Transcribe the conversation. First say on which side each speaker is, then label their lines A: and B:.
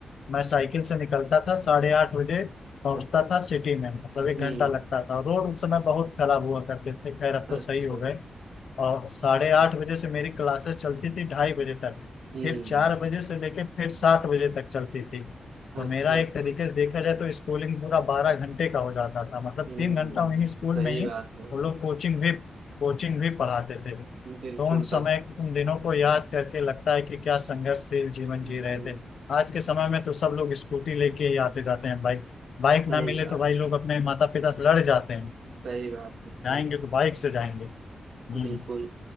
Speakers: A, on the left; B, on the right.
A: मैं साइकिल से निकलता था साढ़े आठ बजे पहुंचता
B: अच्छा
A: था सिटी में मतलब एक
B: हम्म
A: घंटा लगता था रोड उस समय बहुत खराब हुआ करते थे खैर अब तो
B: अच्छा
A: सही हो गए और साढ़े आठ बजे से मेरी क्लासेस चलती थी ढाई बजे तक
B: हम्म
A: फिर चार बजे से लेके फिर सात बजे तक चलती थी
B: अच्छा
A: तो मेरा
B: अच्छा
A: एक तरीके से देखा जाए तो स्कूलिंग पूरा बारह घंटे का हो जाता था मतलब
B: हम्म
A: तीन घंटा वहीं स्कूल
B: सही
A: में ही
B: बात है
A: वो लोग कोचिंग भी कोचिंग भी पढ़ाते थे तो
B: बिल्कुल
A: उन समय
B: तब
A: उन दिनों को याद करके लगता है कि क्या संघर्षशील जीवन
B: हम्म
A: जी रहे थे आज के समय में तो सब लोग स्कूटी लेके ही आते जाते हैं बाइक बाइक ना
B: सही
A: मिले
B: बात
A: तो भाई लोग अपने माता पिता से लड़ जाते हैं
B: सही बात है सही
A: जाएंगे तो बाइक से जाएंगे हम्म
B: बिल्कुल